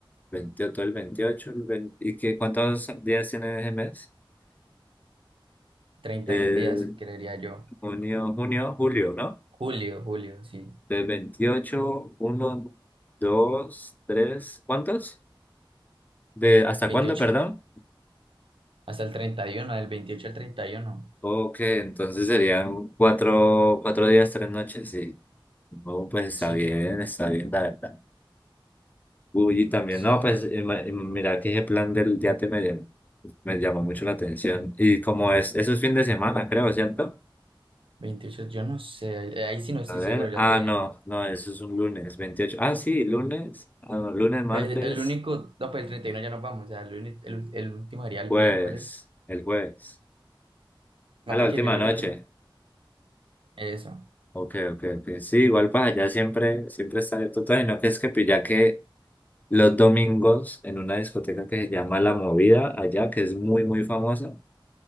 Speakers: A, on the left; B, on the right.
A: veintiocho el veintiocho el 20 ¿y qué, cuántos días tiene ese mes?
B: treinta
A: Eh,
B: y un días, creería yo.
A: junio, junio, julio, ¿no?
B: Julio, julio, sí.
A: De veintiocho uno dos tres ¿cuántos? De, ¿hasta
B: veintiocho
A: cuándo, perdón?
B: hasta el treinta y uno del veintiocho al treinta y uno
A: Ok, entonces serían cuatro, cuatro días, tres noches, sí. Oh, pues está
B: Sí,
A: bien, está bien, la verdad. Uy, y también,
B: sí.
A: no, pues ima- im- mira que ese plan del yate me, llam- me llamó mucho la atención. Y como es, eso es fin de semana, creo, ¿cierto?
B: veintiocho yo no sé. Ahí, ahí sí no estoy
A: A ver,
B: seguro, ya
A: ah,
B: te digo.
A: no, no, eso es un lunes,
B: 28.
A: veintiocho Ah, sí, lunes, ah, no, lunes, martes,
B: Pues, El único, no, pues el 31 ya nos vamos, o sea, el, uni- el, el último sería el
A: jueves,
B: miércoles.
A: el jueves,
B: No,
A: a la
B: porque
A: última
B: yo creo
A: noche.
B: que el 30. Eso.
A: Ok, ok, ok. Sí, igual para allá siempre, siempre está abierto todo. Y no que es que pues, ya que los domingos en una discoteca que se llama La Movida, allá, que es muy, muy famosa.